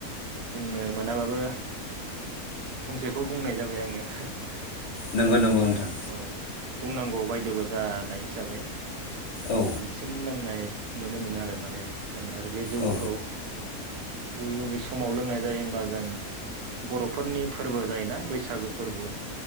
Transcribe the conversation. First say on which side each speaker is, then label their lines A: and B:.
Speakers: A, on the right (about 85°); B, on the left (about 55°).
A: बुंनो मोनाबाबो फंसेखौ बुंनाय जाबाय आङो‌। जेन'बा
B: नंगौ नंगौ नोंथां
A: औ। बुंनांगौ बायद' बो जानाय हिसाबै
B: औ
A: बांसिन लोंनाय नुनो मोनो आरो माने जों आरो बे जौखौ
B: औ
A: बबे बबे समाव लोंनाय जायो होमबा जों बर'फोरनि फोरबो जायोना बैसागो फोरबो